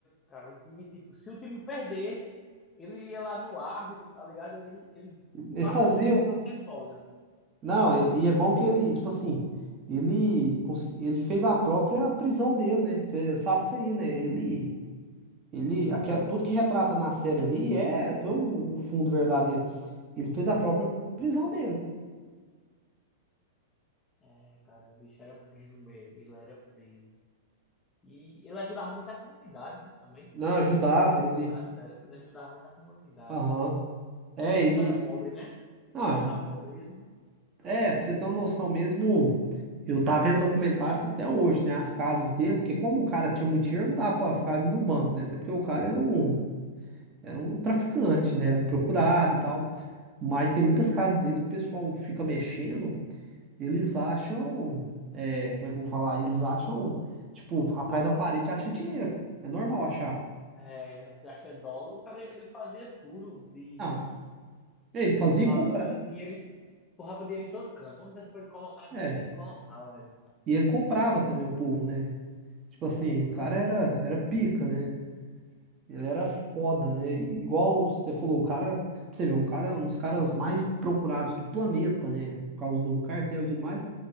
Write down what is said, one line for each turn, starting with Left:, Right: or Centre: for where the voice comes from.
Left: cara. O time, tipo, se o time perdesse, ele ia lá no árbitro, tá ligado? Ele, ele
Right: ele
Left: pagou
Right: fazia.
Left: mesmo pra ser foda.
Right: Não, e, e é bom que ele, tipo assim, ele, cons- ele fez a própria prisão dele, né? Você sabe disso aí, né? Ele, ele, aque- tudo que retrata na série ali é, tem um, um fundo verdadeiro. Ele fez a própria prisão dele.
Left: É, cara, o bicho era preso mesmo, ele era preso. E ele ajudava muito a comunidade, né, também.
Right: Não, ajudava
Left: A gente
Right: ele.
Left: vê na série, ele ajudava muito a comunidade.
Right: Aham. É,
Left: Ele era
Right: ele.
Left: um cara pobre, né? Ele
Right: Ah,
Left: saiu da pobreza,
Right: é.
Left: né?
Right: É, pra você ter uma noção mesmo, eu tava vendo documentário que até hoje, né? As casas dele, porque como o cara tinha muito dinheiro, não dava pra ficar no banco, né? Até porque o cara era um, era um traficante, né? Era procurado e tal. Mas tem muitas casas deles que o pessoal fica mexendo, eles acham, é, como é que eu vou falar? Eles acham, tipo, atrás da parede acha dinheiro. É normal achar.
Left: É, da fé dólar. O cara, ele fazia tudo, de,
Right: Ah, ele fazia
Left: de- empurrava
Right: e comprava.
Left: dinheiro, empurrava dinheiro em todo canto. Onde desse pra ele colocar
Right: É,
Left: dinheiro, ele colocava, velho.
Right: e ele comprava também o povo, né? Tipo assim, o cara
Left: Uhum.
Right: era, era pica, né? Ele era foda, né? E Igual você falou, o cara, pra você ver, um cara, um dos caras mais procurados do planeta, né? Por causa do cartel e tudo mais.